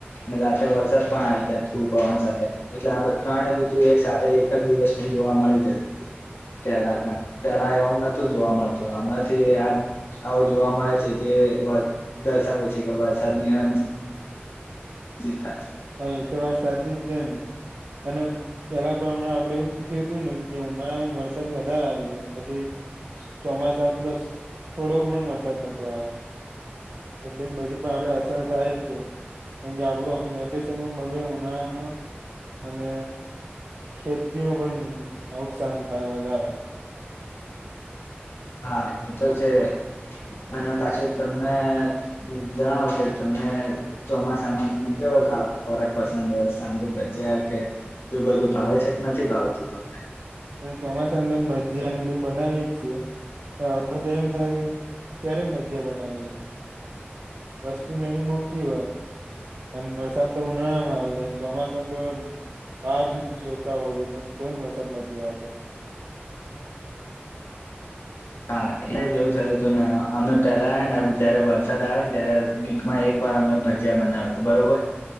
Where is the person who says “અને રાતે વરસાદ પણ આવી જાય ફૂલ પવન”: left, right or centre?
Left